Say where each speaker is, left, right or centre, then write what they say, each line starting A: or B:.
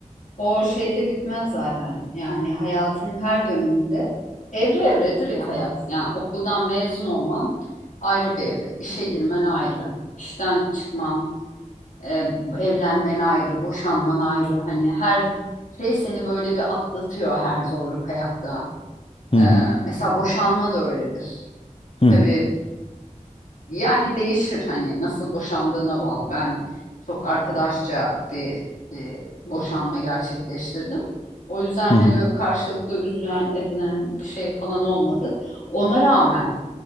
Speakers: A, on the left; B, on the left.
A: o şey de bitmez zaten. Yani hayatın her döneminde evre evredir ya hayat. Yani okuldan mezun olman ayrı bir evre. İşe girmen ayrı. İşten çıkman E, evlenmen ayrı, boşanman ayrı. Hani her şey seni böyle bir atlatıyor her zorluk hayatta.
B: Hı
A: E,
B: hı,
A: mesela boşanma da öyledir.
B: hı
A: Tabii
B: hı,
A: yani değişir hani nasıl boşandığına bağlı. Ben çok arkadaşça bir e, boşanma gerçekleştirdim. O yüzden
B: hı
A: hani
B: hı,
A: böyle karşılıklı üzülen, edinen bir şey falan olmadı. Ona rağmen